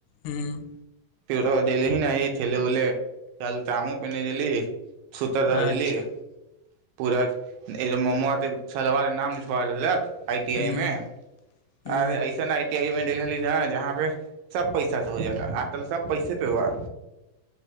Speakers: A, on the left; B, on the right.
A: हँ
B: पर दी ही नहि ठेल उल तल तामू पिन्हनी देली सुत रहलली
A: अच्छा
B: पूरा ए मोमोे सलवारके नाम लिछबल हत आइ टी
A: हूँ
B: आइ मे
A: हूँ
B: आ रे अइसन मेी जहाँ पे सब पैसा त हो जा आ तल सब पैसे पे बा